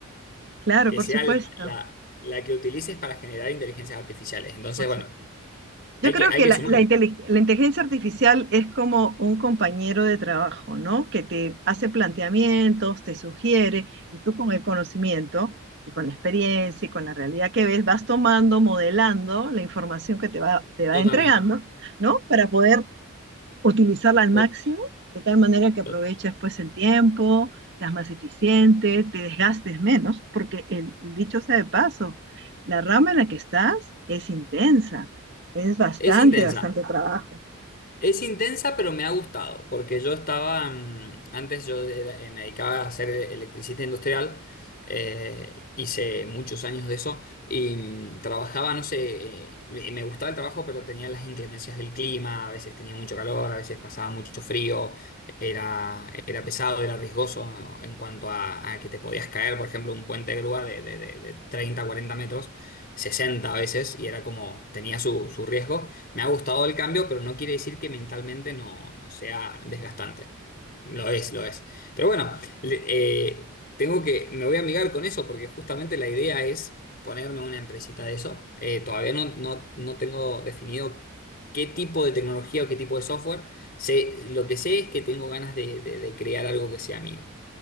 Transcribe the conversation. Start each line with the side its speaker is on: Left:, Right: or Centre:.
Right: claro,
Left: que
Right: por
Left: sea
Right: supuesto,
Left: la, la- la que utilices para generar inteligencias artificiales. Entonces,
Right: por
Left: bueno,
Right: supuesto.
Left: hay
Right: Yo creo
Left: que, hay
Right: que
Left: que
Right: la,
Left: sumarlo
Right: la inteli- la inteligencia artificial es como un compañero de trabajo, ¿no? Que te hace planteamientos, te sugiere, y tú con el conocimiento y con la experiencia y con la realidad que ves, vas tomando, modelando la información que te va, te va
Left: totalmente.
Right: entregando, ¿no? Para poder utilizarla al máximo,
Left: To-
Right: de tal manera que aproveches
Left: to-
Right: pues el tiempo, seas más eficiente, te desgastes menos, porque el, el dicho sea de paso, la rama en la que estás es intensa, es bastante,
Left: Es intensa.
Right: bastante trabajo.
Left: Es intensa, pero me ha gustado, porque yo estaba, mm, antes yo era- eh, me dedicaba a ser electricista industrial, eh, hice muchos años de eso, y mm, trabajaba, no sé, eh, me me gustaba el trabajo, pero tenía las inclemencias del clima, a veces tenía mucho calor, a veces pasaba mucho frío, era, era pesado, era riesgoso ¿no? en cuanto a, a que te podías caer, por ejemplo, un puente de grúa de, de, de- de 30, 40 metros, 60 a veces, y era como, tenía su, su riesgo. Me ha gustado el cambio, pero no quiere decir que mentalmente no, no sea desgastante. Lo es, lo es. Pero bueno, le- eh, tengo que, me voy a amigar con eso porque justamente la idea es ponerme una empresita de eso. Eh, todavía no, no, no tengo definido qué tipo de tecnología o qué tipo de software. Sé, lo que sé es que tengo ganas de, de- de crear algo que sea mío,